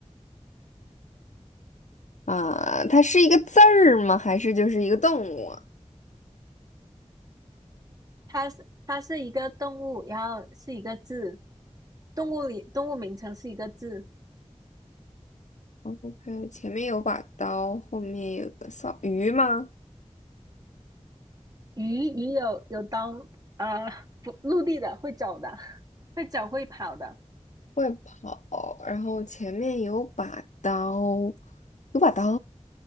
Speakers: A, on the left (about 90°); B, on the right (about 30°).
A: 啊，它是一个字儿吗？还是就是一个动物啊
B: 它是它是一个动物，然后是一个字，动物里动物名称是一个字。
A: ？OK，前面有把刀，后面有个扫鱼吗？
B: 鱼鱼有有刀，呃，不，陆地的会走的，<laughs> 会走会跑的。
A: 会跑，然后前面有把刀，有把刀，